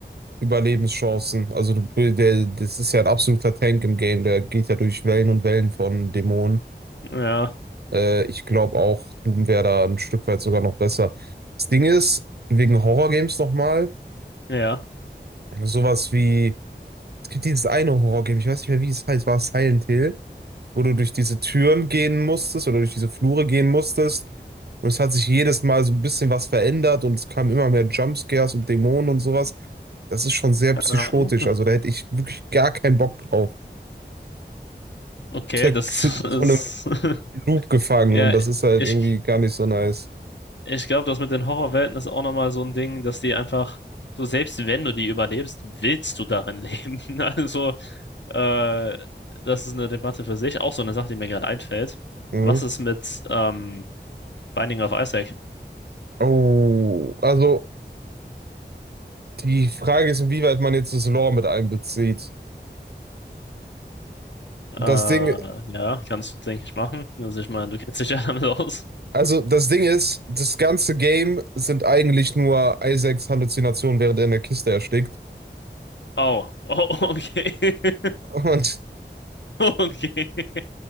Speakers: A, on the right; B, on the left.
A: Überlebenschancen. Also du, der, das ist ja ein absoluter Tank im Game, der geht ja durch Wellen und Wellen von Dämonen.
B: Ja,
A: Äh, ich glaube auch, Doom wäre da ein Stück weit sogar noch besser. Das Ding ist, wegen Horrorgames nochmal,
B: ja,
A: sowas wie, es gibt dieses eine Horrorgame, ich weiß nicht mehr, wie es heißt, war es Silent Hill? wo du durch diese Türen gehen musstest oder durch diese Flure gehen musstest. Und es hat sich jedes Mal so ein bisschen was verändert und es kamen immer mehr Jumpscares und Dämonen und sowas. Das ist schon sehr
B: keine
A: psychotisch.
B: Ahnung.
A: Also da hätte ich wirklich gar keinen Bock drauf.
B: Okay,
A: Ist halt
B: das,
A: in
B: das
A: so einem
B: ist, <laughs>
A: Loop gefangen
B: ja,
A: und das ist halt
B: ich,
A: irgendwie gar nicht so nice.
B: ich glaube, das mit den Horrorwelten ist auch nochmal so ein Ding, dass die einfach, so selbst wenn du die überlebst, willst du darin leben. <laughs> Also, Äh, das ist eine Debatte für sich. Auch so eine Sache, die mir gerade einfällt.
A: Mhm.
B: Was ist mit ähm, Binding of Isaac?
A: Oh, also die Frage ist, inwieweit man jetzt das Lore mit einbezieht.
B: Äh,
A: Das Ding,
B: ja, kannst du, denke ich, machen. Also ich meine, du kennst dich ja <laughs> damit aus.
A: also das Ding ist, das ganze Game sind eigentlich nur Isaacs Halluzinationen, während er in der Kiste erstickt.
B: Oh, oh, okay. <laughs>
A: Und
B: Okay. Äh,